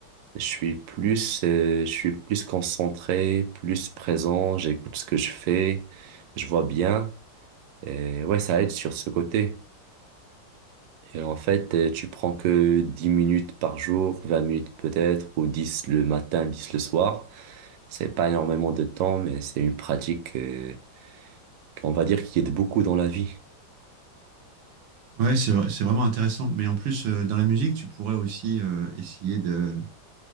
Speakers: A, on the right; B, on the right.
A: je suis plus, euh, je suis plus concentré, plus présent, j'écoute ce que je fais, je vois bien, et ouais, ça aide sur ce côté. Et en fait, euh, tu prends que 10 minutes par jour, 20 minutes peut-être, ou 10 le matin, 10 le soir. C'est pas énormément de temps, mais c'est une pratique, euh, qu'on va dire qui aide beaucoup dans la vie.
B: ouais, c'est, vrai- c'est vraiment intéressant. Mais en plus, euh, dans la musique, tu pourrais aussi euh, essayer de,